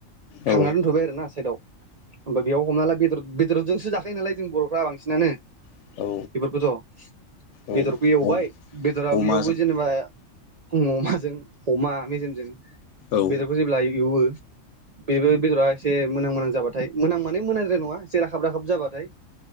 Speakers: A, on the left; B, on the right.
A: औ
B: खांनानै दोनथ'बाय आरोना साइदआव ओमफाय बेयाव हमना ला बेदर बेदरदजोंसो जाखायो नालाय जों बर'फ्रा बांसिनानो।
A: औ
B: बेफोरखौथ'
A: औ
B: बेदरखौ एवबाय
A: औ
B: बेदरा
A: अमाजों
B: बेयावबो जेनेबा आं अमाजों अमा मेजेमजों
A: औ
B: बेदरखौ जेब्ला एवो बेबो बेदरा एसे मोनां मोनां जाबाथाय मोनां माने मोनांद्राय नङा एसे राखाब राखाब जाबाथाय